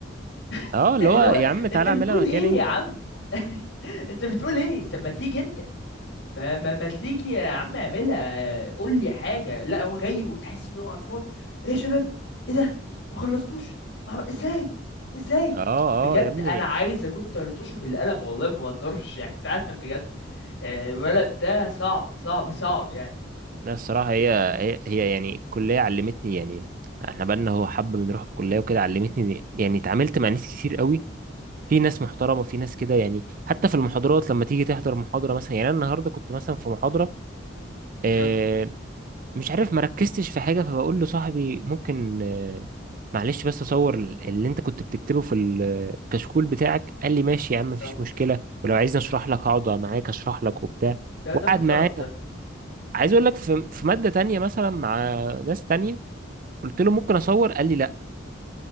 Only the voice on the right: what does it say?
اه اللي هو
يا
عم تعالى
اعملها مكان
انت
اه
اه يا ابني
لا الصراحة
هي
هي هي يعني الكلية علمتني يعني احنا بقالنا هو حب بنروح الكلية وكده علمتني يعني اتعاملت مع ناس كتير قوي في ناس محترمة وفي ناس كده يعني حتى في المحاضرات لما تيجي تحضر محاضرة مثلا يعني انا النهاردة كنت مثلا في محاضرة آه،
مش عارف مركزتش في حاجة فبقول لصاحبي ممكن آه، معلش بس اصور اللي انت كنت بتكتبه في الكشكول بتاعك قال لي ماشي يا عم مفيش
مشكلة ولو عايزني اشرح لك هقعد معاك اشرح لك وبتاع
وقعد
معايا
عايز اقول لك في في ماده تانية مثلا مع ناس تانية قلت له ممكن اصور قال لي لا